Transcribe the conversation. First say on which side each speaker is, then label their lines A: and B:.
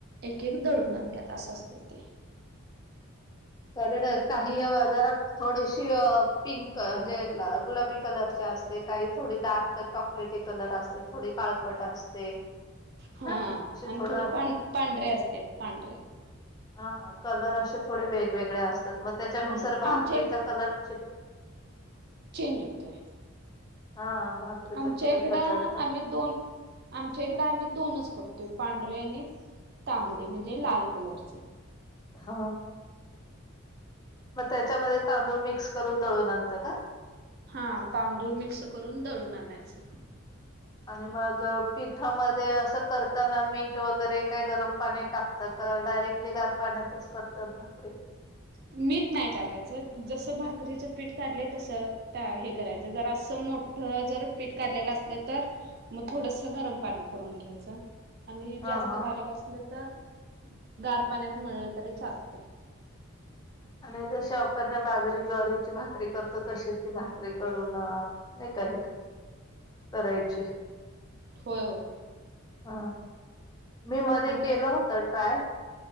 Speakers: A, on the right; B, on the left.
A: एक एक दळून आणत्यात असं असतं ते
B: क ना काही जरा <unintelligible> थोडीशी पिंक म्हणजे गुलाबी कलर असते काही थोडी डार्क चॉक काळपट कलर असते थोडी काळपट असते.
A: हा
B: ना असे
A: आणि
B: थोडं
A: थोडे पां पांढरे असत पांढरे
B: हा कलर असे थोडे वेगवेगळे असतात मग त्याच्यानुसार
A: हम्म
B: भाकरीचा
A: आमच्या एक
B: कलर चेंज
A: चेंज होतय,
B: हा भाकरीचा
A: आमच्या
B: कलर
A: इकड
B: बदलता
A: आम्ही दोन आमच्या इकडें आम्ही दोनच करतोय पांढरे आणि तांबडी म्हणजे लाल कलरचे
B: हा. मग त्याच्यामध्ये तांदूळ मिक्स करून दळून आणंतात का?
A: हा तांदूळ मिक्स करून दळून आणायचं
B: आणि मग पिठामध्ये असं करताना मीठ वगैरे काय गरम पाणी टाक तर डायरेक्टली गार पाण्यातच करतात भाकरी?
A: मीठ नाही टाकायचं जसं भाकरीचं पीठ काढलंय तस हे करायचं जर असं मोठं जर पीठ काढलेलं असलं तर मग थोडसं गरम पाणी करून घ्यायचं. आणि
B: हा
A: जास्त
B: हा
A: बारीक असलं तर गार पाण्यात मळलं तरी चालतय
B: आणि जसे आपण बाजरी, ज्वारीची भाकरी करतो तशीच ती भाकरी करून नाही का हे
A: <unintelligible>
B: करायची
A: होय हो
B: हा. मी मध्ये
A: आमच्या
B: केलं
A: इकडे
B: होत ट्राय